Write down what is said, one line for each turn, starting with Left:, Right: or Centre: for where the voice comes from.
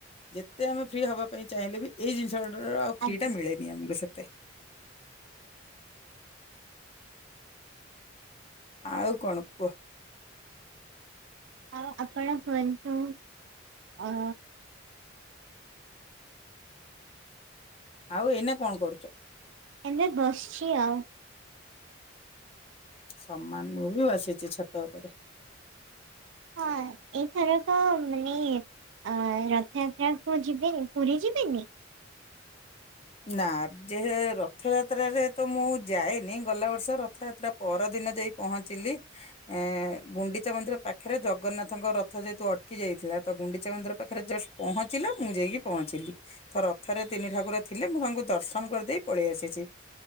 Left: ଯେତେ ଆମେ ଫ୍ରି ହବା ପାଇଁ ଚାହିଁଲେ ବି ଏଇ ଜିନିଷ ଆଉ ଫ୍ରି
Right: ଆଜ୍ଞା
Left: ଟା ମିଳେନି ଆମକୁ ସେତେ। ଆଉ କଣ କୁହ।
Right: ଆଉ ଆପଣ କୁହନ୍ତୁ ଆ
Left: ଆଉ ଏଇନା କଣ କରୁଛ?
Right: ଏନ ବସିଛି ଆଉ
Left: ସମାନ ମୁଁ ବି ବସିଛି ଛତ ଉପରେ।
Right: ହଁ ଏଇଥରକ ମାନେ ଅ ରଥଯାତ୍ରାକୁ ଯିବେନି ପୁରୀ ଯିବେନି?
Left: ନା ଯେ ରଥଯାତ୍ରାରେରେ ତ ମୁଁ ଯାଏନି ଗଲା ବର୍ଷ ରଥଯାତ୍ରା ପରଦିନ ଯାଇ ପହଞ୍ଚିଲି ଏ ଗୁଣ୍ଡିଚା ମନ୍ଦିର ପାଖରେ ଜଗନ୍ନାଥଙ୍କ ରଥ ଯେହେତୁ ଅଟକି ଯାଇଥିଲା ତ ଗୁଣ୍ଡିଚା ମନ୍ଦିର ପାଖରେ ଜଷ୍ଟ ପହଞ୍ଚିଲା ମୁଁ ଯାଇକି ପହଞ୍ଚିଲି ଥର ରଥରେ ତିନି ଠାକୁର ଥିଲେ ମୁଁ ତାଙ୍କୁ ଦର୍ଶନ କରିଦେଇ ପଳେଇ ଆସିଛି।